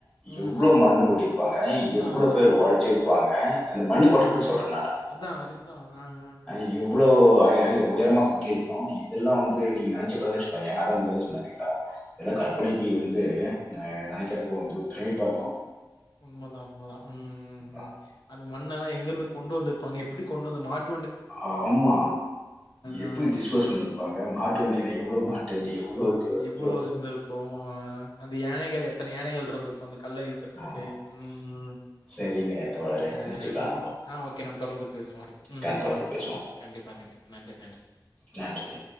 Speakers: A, on the left; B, on the left.
A: ம்,
B: எவ்ளோவ்
A: ம்.
B: மண்ணு கொட்டிருப்பாங்க
A: அதான்,
B: எவ்ளோ
A: அதான்.
B: பேர் ஒழச்சுருப்பாங்க அந்த மண்ணு
A: அ,
B: கொட்டுறதுக்கு
A: அ.
B: சொல்றே நானு
A: அதா அதுக்குதா ஆ ஆ
B: அ எவ்ளோ ஐய ஐ உயரமா கொட்டியிருக்கணு இதெல்லா வந்துட் ந்துட்டு நீங்க நெனச்சு பாத்தீனா வச்சுக்கோயே அத மொதல்ல சொன்னே இல்லைங்களா இதெல்லா
A: ஆ
B: கற்பனைக்கி
A: ஆ
B: வந்து நா நெனைக்குறப்போ வந்து பிரமிப்பா இருக்கு
A: உண்ம தான் உண்ம தா ம் ம்
B: அ-
A: ம் அந்த மண்ண எல்லா எங்க இருந்து வந்து கொண்டு வந்துருப்பாங்க எப்டி கொண்டு வந்து மாட்
B: ஆமா எப்டி
A: ஆ
B: டிஸ்போஸ் பண்ணியிருப்பாங்க மாட்டு வண்டினா எவ்ளோ மாட்டு வண்டி எவ்ளோ இது ஐயோ
A: இவ்ளோ இருந்துருக்கு அ அந்த யானைகள் எத்தன யானைகள் இருந்துருக்கு அந்த கல்ல எழுக் க்கற்துக்கு
B: ஆமா
A: ம் ம்
B: சரிங்க தோழரே
A: ஆ
B: முடிச்சுக்கலாம்
A: ஓக்
B: நம்ம
A: ஆ ஓகே நம்ம தொடர்ந்து பேசுவோ அடுத்து ம்
B: க- தொடர்ந்து
A: ம்
B: பேசுவோம்
A: கண்டிப்பா கண்டிப்பா நன்றி நன்றி
B: நன்றி வே